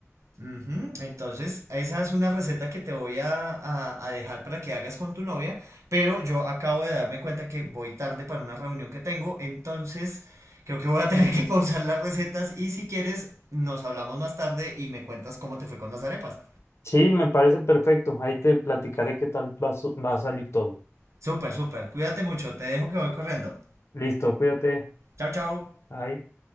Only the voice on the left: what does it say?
Sí, me parece perfecto. Ahí te platicaré qué tal va, a su- va a salir todo.
Listo, cuídate.
Bye.